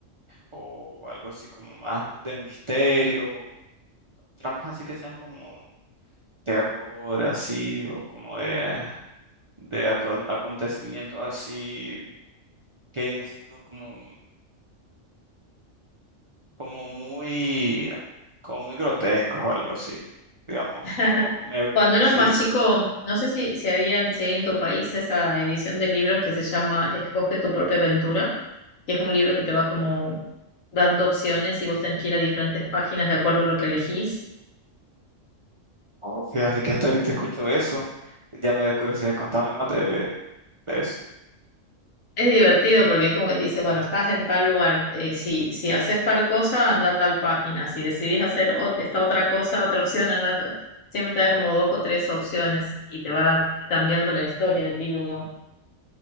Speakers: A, on the right (about 40°); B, on the left (about 85°).
A: o algo así como más de misterio, tramos así que sean como terror, así, o como de, de aco- acontecimientos así que hayan sido como, como muy, como muy grotescos o algo así, digamos,
B: <laughs>
A: como me,
B: Cuando eras
A: sí,
B: más
A: como,
B: chico, no sé si, si había, si hay en tu país esa edición de libros que se llama Escoge tu propia aventura, que es un libro que te va como dando opciones y vos tenés que ir a diferentes páginas de acuerdo a lo que elegís.
A: oh, fíjate que hasta ahorita escucho eso, ya me dio curiosidad, contame más de, de eso.
B: Es divertido porque es como que te dice, bueno, estás en tal lugar, eh, si, si haces tal cosa, anda a tal página, si decidís hacer ot- esta otra cosa, otra opción, anda a otra- Siempre te da como dos o tres opciones y te va cambiando la historia del libro, digamos.